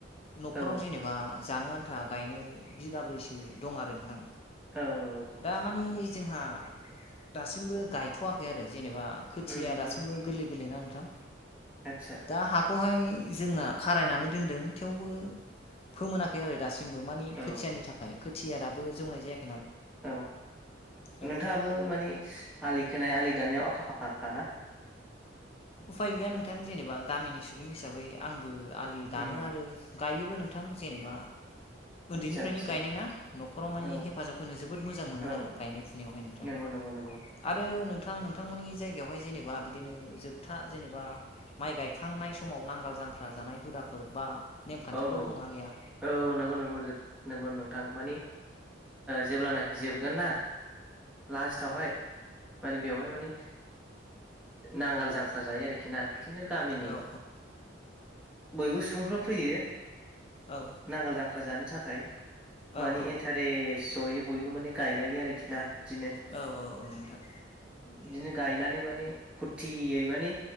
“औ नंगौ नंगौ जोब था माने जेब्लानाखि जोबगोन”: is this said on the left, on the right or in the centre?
Centre